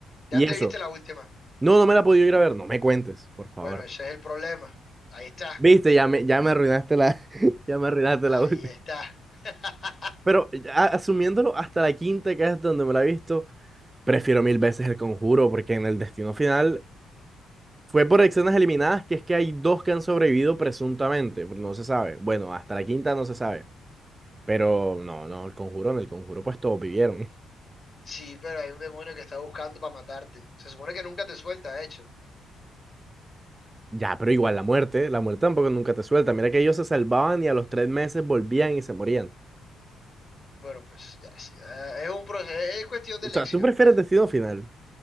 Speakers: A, on the right; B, on the left.
A: Y
B: Ya te
A: eso.
B: viste la última.
A: No, no me la he podido ir a ver. No me cuentes, por favor.
B: Bueno, ese es el problema. Ahí está,
A: Viste, ya me, ya me arruinaste la, <laughs> ya me arruinaste
B: ahí
A: la última.
B: está. <laughs>
A: Pero eh, a- asumiéndolo hasta la quinta, que es donde me la he visto, prefiero mil veces El Conjuro, porque en el destino final fue por escenas eliminadas, que es que hay dos que han sobrevivido presuntamente, pero no se sabe. Bueno, hasta la quinta no se sabe. Pero no, no, El Conjuro, en El Conjuro pues todos vivieron. <laughs>
B: Sí, pero hay un demonio que está buscando para matarte. Se supone que nunca te suelta, de hecho.
A: Ya, pero igual la muerte, la muerte tampoco nunca te suelta. Mira que ellos se salvaban y a los tres meses volvían y se morían.
B: Bueno, pues ya, sí, ya, es un proceso, es cuestión de
A: O
B: elección,
A: sea, ¿tú prefieres
B: ya.
A: destino final?